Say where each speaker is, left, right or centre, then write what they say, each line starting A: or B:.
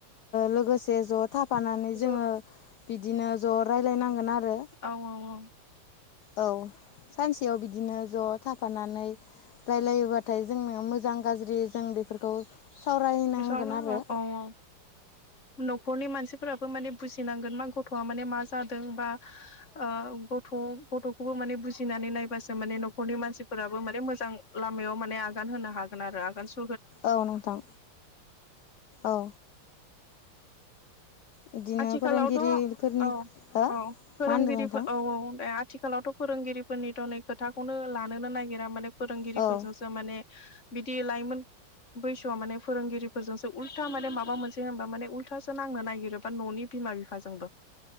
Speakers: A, on the left; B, on the left.
A: लोगोसे ज' थाफानानै
B: ज'
A: जोङो
B: औ
A: बिदिनो ज' रायलायनांगोन आरो
B: औ औ औ
A: औ सानसेयाव बिदिनो ज' थाफानानै रायजलायोबाथाय जोंनो मोजां गाज्रि जों बेफोरखौ सावरायनांगोन
B: औ-औ-औ
A: आरो
B: न'खरनि मानसिफोरा बुजिनांगोन गथ म मा जादों बा ओ गथ गथ खौबो माने बुजिनानै नायबासो माने न'खरनि मानसिफोराबो माने मोजां लामायाव माने आगान होनो हागोन आरो आगान सु
A: औ नोंथां औ बिदिनो
B: आथिखालावथ'
A: फोरोंगिरिफोरनि
B: औ-औ
A: हो
B: फोरोंगिरिफोर
A: मा होनदों नोंथां?
B: औ-औ दे आथिखालावथ' फोरोंगिरिफोरनिथ' नै खोथाखौनो लानोनो नागिरा माने फोरोंगिरिफोरजों
A: फोरोंगिरिफोरजोंसो
B: माने बिदि लाइमोन बैसोआ माने फोरोंगिरिफोरजोंसो उल्था माने माबा मोनसे होनबा माने उल्थासो नांनो नागिरोब बा न'नि बिमा बिफाजोंबो